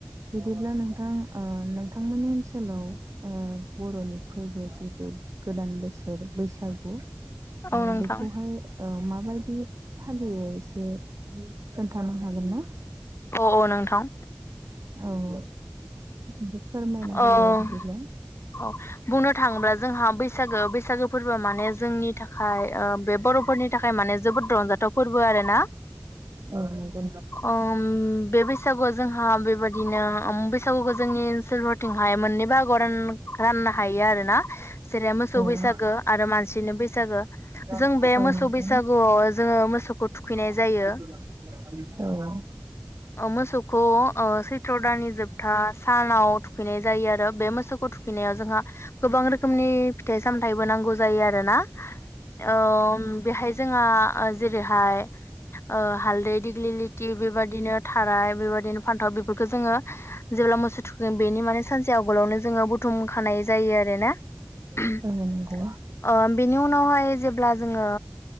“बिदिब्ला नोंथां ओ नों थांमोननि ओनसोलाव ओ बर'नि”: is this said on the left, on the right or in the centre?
Right